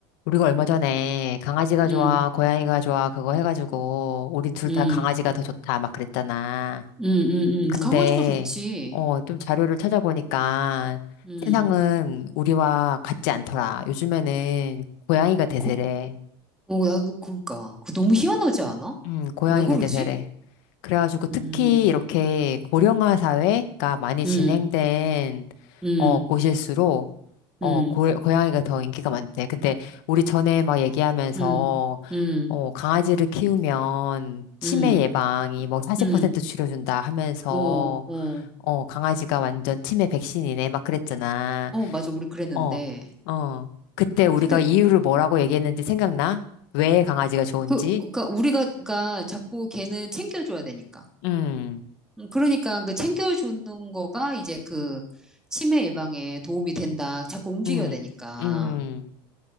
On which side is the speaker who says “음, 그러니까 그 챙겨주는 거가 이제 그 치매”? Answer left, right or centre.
Centre